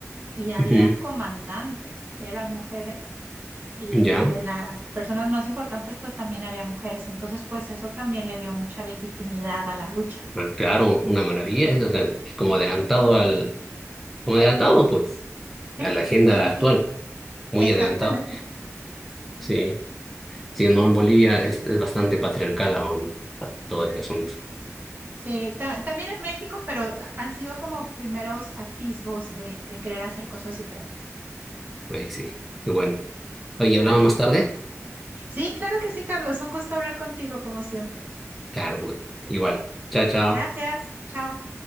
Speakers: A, on the right (about 35°); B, in the centre.
A: y había
B: Ujú.
A: comandantes que eran mujeres y,
B: Ya,
A: y de las personas más importantes pues también había mujeres. Entonces pues eso también le dio mucha legitimidad a la lucha.
B: pero claro, una maravilla, es, o sea, es como adelantado al, como adelantado, pues,
A: Sí,
B: a la agenda
A: sí, sí,
B: actual,
A: sí.
B: muy
A: Exactamente.
B: adelantado. Sí, sí, no, en Bolivia es, es bastante patriarcal aún todo ese asunto.
A: Sí, ta- también en México, pero han sido como primeros atisbos de, de querer hacer cosas diferentes.
B: Oye, sí, qué bueno. Oye, ¿hablamos
A: Padrísimo.
B: más tarde?
A: Sí, claro que sí, Carlos. Un gusto hablar contigo, como siempre.
B: Claro, bueno, igual. Chao, chao.
A: Gracias. Chao.